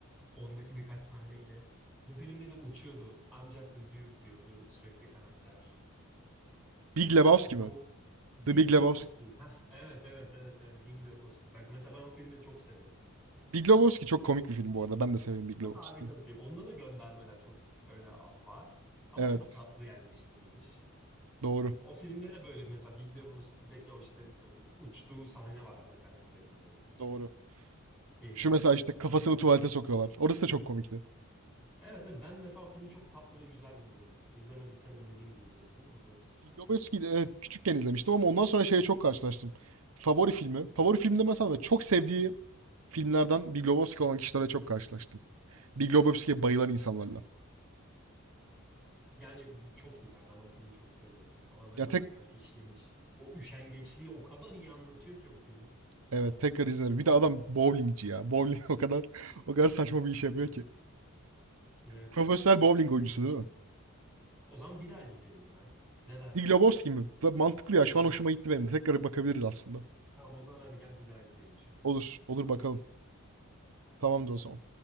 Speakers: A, in the centre; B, on the right.
A: ondaki birkaç sahneyle bu filmde de uçuyordu. I'm just a dude diyordu sürekli karakter.
B: Big Lebowski
A: Because
B: mi?
A: Big
B: The Big
A: Lebowski.
B: Lebowski.
A: <laughs> Hah, evet, evet, evet, evet. Big Lebowski. Bak mesela ben o filmi çok severim.
B: Big Lebowski çok komik bir film bu arada. Ben de severim Big
A: Çok
B: Lebowski'yi.
A: harika bir film. Onda da göndermeler çok böyle var. Ama
B: Evet.
A: çok tatlı yerleştirilmiş.
B: Doğru.
A: O filmde de böyle mesela Big Lebowski'deki o işte uçtuğu sahne var ana karakterin böyle.
B: Doğru.
A: Şehrin
B: Şu mesela
A: üstünden
B: işte kafasını
A: falan.
B: tuvalete sokuyorlar. Orası da çok komikti.
A: Evet, evet ben mesela o filmi çok tatlı ve güzel bulurum. İzlemediysen önereyim diyecektim. İzlemişsin.
B: Big Lebowski'yi de evet küçükken izlemiştim ama ondan sonra şeye çok karşılaştım. Favori filmi. Favori film demesem de çok sevdiği filmlerden Big Lebowski olan kişilere çok karşılaştım. Big Lebowski'ye bayılan insanlarla.
A: Yani bir- çok iyi ya. Ben o filmi çok seviyorum. Ya. O ana
B: Ya
A: karakter
B: tek
A: işleniş. O üşengeçliği o kadar iyi anlatıyor ki o film.
B: evet tekrar izlerim. Bir de adam bowlingci ya. Bowling <laughs> o kadar o kadar saçma bir iş yapıyor ki.
A: Evet.
B: Profesyonel bowling oyuncusu
A: <clears throat>
B: değil mi?
A: O zaman bir daha izleyelim ya. Ne dersin?
B: Big Lebowski mi? Da Mantıklı ya. Şu
A: Aynen.
B: an hoşuma gitti benim de. Tekrar bakabiliriz aslında.
A: Tamam o zaman hadi gel bir daha izleyelim şimdi.
B: Olur. Olur bakalım. Tamamdır o zaman.